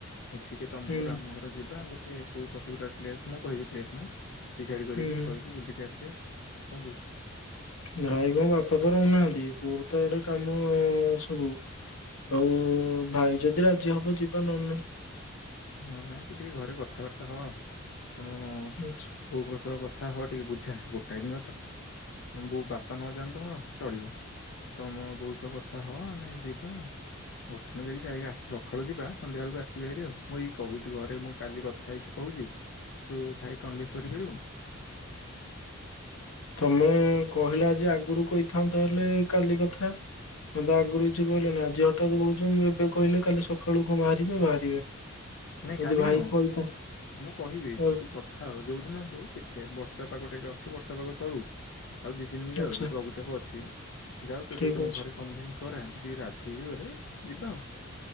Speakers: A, on the left (about 55°); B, on the left (about 80°).
A: ମିଶିକି ତମ
B: ହୁଁ
A: ଘର ଆମ ଘର ଯିବା ଗୋଟେ କୋଉ ପଟିଗୁରା ପ୍ଲେସ୍ ମୁଁ କହିବି ପ୍ଲସ୍ ନା। ଡିସାଇଡି କରିକି
B: ହୁଁ ହୁଁ
A: କହିକି ବୁଲିକି ଆସିବା କଣ କହୁଚୁ।
B: ଭାଇ କଣ ବାପା ତ ରହୁନାହାନ୍ତି ବୋଉ ତ ଏଡ଼େ କାମ ଅ ସବୁ। ଆଉ ଭାଇ ଯଦି ରାଜି ହବ ଯିବା ନହେନେ ନାହିଁ।
A: ହଁ ନାଇଁ ତୁ ଟିକେ ଘରେ କଥାବାର୍ତ୍ତା ହ ତମ
B: ଆଚ୍ଛା,
A: ବୋଉଙ୍କ ସହ କ କଥା ହଅ ଟିକେ ବୁଝା ଗୋଟାଏ ଦିନ ତ ବୋ ବାପା ନଯାନ୍ତୁ ତମର ଚଳିବ। ତମ ବୋଉ ସହ କଥା ହ ଆମେ ଯିବା। ଗୋଟେ ଦିନ ଯାଇକି ଯାଇ ଆସି ସଖାଳୁ ଯିବା ସନ୍ଧ୍ୟାବେଳକୁ ଆସିବା ହାରି ଆଉ। ମୁଁ ଏଇ କହୁଚି ଘରେ ମୁଁ କାଲି କଥା ହେଇକି କହୁଚି ତୁ ଭାଇ କନଭିସ୍ କରିପାରିବୁ। <inaudible>
B: ତମେ କହିଲ ଆଜି ଆଗରୁ କହିଥାଆନ୍ତ ହେଲେ କାଲି କଥା। ତମେ ତ ଆଗରୁ କିଛି କହିଲନି ଆଜି ହଠାତ୍ କହୁଛ ମୁଁ ଏବେ କହିଲେ କାଲି ସକାଳୁ କଣ ବାହାରିବେ ବାହାରିବେନି।
A: ନାଇଁ
B: ଯୋଦି
A: କାଲି
B: ଭାଇ
A: ନୁହଁ।
B: କହିଥା
A: ମୁଁ କହିବି
B: ହଉ
A: ଯେ ତୁ କଥା ହଉ ଯୋଉ ଦିନ ହଉ ଦେଖିବା ବର୍ଷା ପାଗଟା ବି ଅ ଅଛି ବର୍ଷା ପାଗ ସରୁ। ଆଉ ଦି ତିନ ଦିନ ଯାଉ
B: ଆଚ୍ଛା
A: ଏବେ ତ ଲଘୁଚାପ ଅଛି ଯାଉ ତୁ
B: ଠିକ
A: ଟିକେ ତମ
B: ଅଛି
A: ଘରେ କନଭିନ୍ସ କରା। ଟିକେ ରାଜି ହେଇଗଲେ ଯିବା ଆଉ।